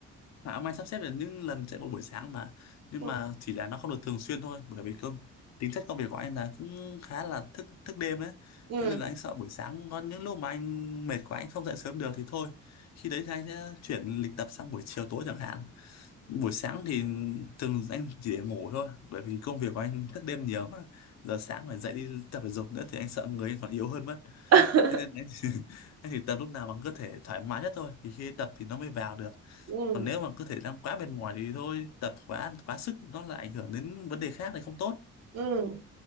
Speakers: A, on the left; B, on the right.
A: mà ông anh sắp xếp được những lần chạy bộ buổi sáng mà nhưng
B: Ừ.
A: mà chỉ là nó không được thường xuyên thôi bởi vì công tính chất công việc của anh là cũng khá là thức thức đêm ấy
B: Ừ.
A: thế nên là anh sợ buổi sáng có những lúc mà anh mệt quá anh không dậy sớm được thì thôi khi đấy thì anh sẽ chuyển lịch tập sang buổi chiều tối chẳng hạn buổi sáng thì thường anh chỉ để ngủ thôi bởi vì công việc của anh thức đêm nhiều mà giờ sáng phải dậy đi tập thể dục nữa thì anh sợ người anh còn yếu hơn mất
B: <laughs>
A: thế nên anh thì, <laughs> anh thì tập lúc nào bằng cơ thể thoải mái nhất thôi thì khi tập thì nó mới vào được
B: Ừ.
A: còn nếu mà cơ thể đang quá mệt mỏi thì thôi tập quá quá sức nó lại ảnh hưởng đến vấn đề khác thì không tốt
B: Ừ.